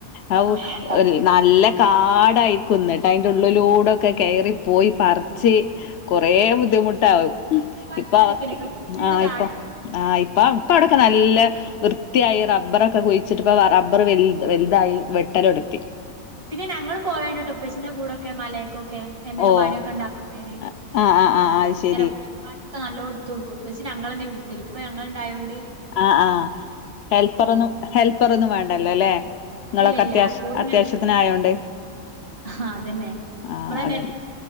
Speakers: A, on the left (about 65°); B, on the right (about 45°).
A: ഏഹ്
B: ആഹ്
A: നല്ല ആടായിരിക്കുന്നു ട്ട് അയ്ന്റെ ഉള്ളൂലൂടെ ക്കെ കേറി പോയി പറച്ച് കൊറേ ബുദ്ധിമുട്ടാവും
B: ഇപ്പത്തെ കാലത്ത്
A: ഇപ്പൊ
B: അങ്ങനെയൊക്കെയല്ലട്ടോ ഫുള്ള്
A: ആഹ്
B: കാട്
A: ഇപ്പൊ ആഹ് പ്പ ഇപ്പ അടൊക്കെ നല്ല വൃത്തിയായി റബ്ബറൊക്കെ കുഴിച്ചിട്ട് റബ്ബർ വൽ വൽതായി വെട്ട <unintelligible>
B: പിന്ന ഞങ്ങളും പോയോണ്ടിട്ട ഇപ്പച്ചിന്റെ കൂടെ ക്കെ മല കൊ ക്കെ എന്തെലും
A: ഓഹ്
B: പണിയൊക്കെ ഉണ്ടല്
A: ആഹ് ആഹ് ആഹ് അത് ശരി
B: ഇങ്ങനെ പണിയൊക്കെ നല്ലോ തോട്ക്കും ഇപ്പച്ചി ഞങ്ങളെ ന്നെ വിക്കൽ ഇപ്പ ഞങ്ങള ഉണ്ടായോണ്ട്
A: ആഹ് ആഹ് ഹെൽപ്പറോന്നും ഹെൽപ്പർ ഒന്നും വേണ്ടല്ലോ ല്ലേ നിങ്ങളൊക്കെ
B: ഇല്ലല്ല
A: അത്യാശ്
B: ഓരിങ്ങനെ
A: അത്യാവശ്യത്തിന്
B: വിളിക്കും
A: ആയോണ്ട്
B: ആഹ് അതന്നെ
A: ആഹ്
B: നമ്മള
A: അതന്നെ
B: ന്നെ